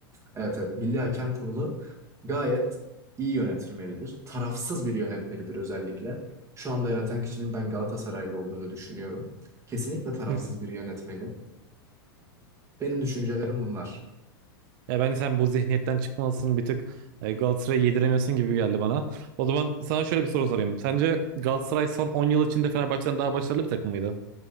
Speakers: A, on the right (about 25°); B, on the right (about 55°).
A: Evet evet Milli Hakem Kurulu gayet iyi yönetilmelidir. Tarafsız bir yönetmelidir özellikle. Şu anda yöneten kişinin ben Galatasaraylı olduğunu düşünüyorum. Kesinlikle tarafsız
B: Hı.
A: bir yönetmeli. Benim düşüncelerim bunlar.
B: Ya ben sen bu zihniyetten çıkmalısın bir tık e, Galatasaray'ı yediremiyorsun gibi geldi bana. O zaman sana şöyle bir soru sorayım. Sence Galatasaray son 10 yıl içinde Fenerbahçe'den daha başarılı bir takım mıydı?